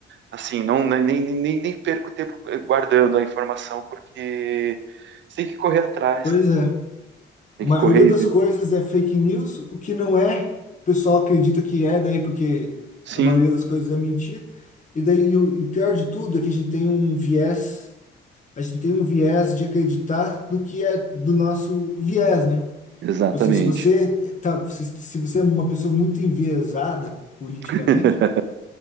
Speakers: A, on the right (about 65°); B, on the left (about 40°).
A: assim, não nem, nem, nem nem perco tempo eh, guardando a informação, porque você tem que correr atrás,
B: Pois
A: cara.
B: é.
A: tem
B: A maioria
A: que correr.
B: das
A: e-
B: coisas é fake news, o que não é, o pessoal acredita que é, daí porque
A: Sim,
B: a maioria das coisas é mentira. E daí e o, e o pior de tudo é que a gente tem um viés a gente tem um viés de acreditar no que é do nosso viés, né?
A: exatamente.
B: Tipo assim, se você tá, se, se você é uma pessoa muito enviesada politicamente,
A: <laughs>